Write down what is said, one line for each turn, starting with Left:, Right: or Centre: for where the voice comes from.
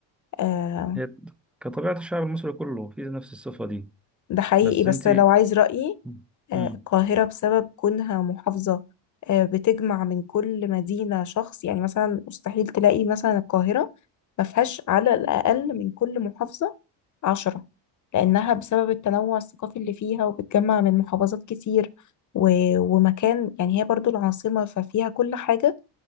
Left: آه،
Centre: هي كطبيعة الشعب المصري كله في نفس الصفة دي
Left: ده حقيقي
Centre: بس
Left: بس
Centre: انت
Left: لو عايز رأيي
Centre: مم.
Left: آه،
Centre: مم.
Left: القاهرة بسبب كونها محافظة آه، بتجمع من كل مدينة شخص يعني مثلا مستحيل تلاقي مثلا القاهرة ما فيهاش على الأقل من كل محافظة عشرة لأنها بسبب التنوع الثقافي اللي فيها وبتجمع من محافظات كتير و... ومكان يعني هي برضو العاصمة ففيها كل حاجة